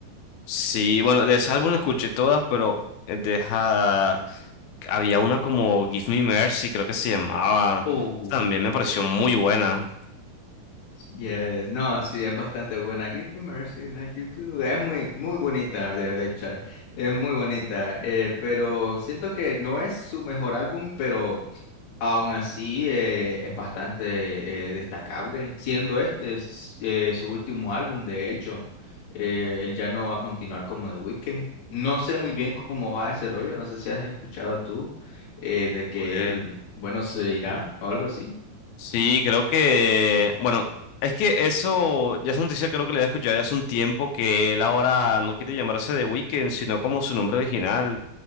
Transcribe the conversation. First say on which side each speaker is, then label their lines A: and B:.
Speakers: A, on the left; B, on the left.
A: Sí, bueno, de ese álbum escuché todas, pero eh, deja... Había una como Give Me Mercy, creo que se llamaba.
B: Oh,
A: También me pareció muy buena.
B: Yes, no, sí, es bastante buena. Give me mercy like you do. Es muy, muy bonita, de verdad, Chad. Es muy bonita. eh, pero siento que no es su mejor álbum, pero aún así eh, es bastante eh, destacable. Siendo este es, eh, su último álbum, de hecho, Eh, él ya no va a continuar como The Weeknd. No sé muy bien cómo va ese rollo. No sé si has escuchado tú eh, de que
A: Pues,
B: él, bueno, se irá o algo así.
A: sí, creo que, bueno, es que eso ya es una noticia creo que le había escuchado ya hace un tiempo que él ahora no quiere llamarse The Weeknd, sino como su nombre original,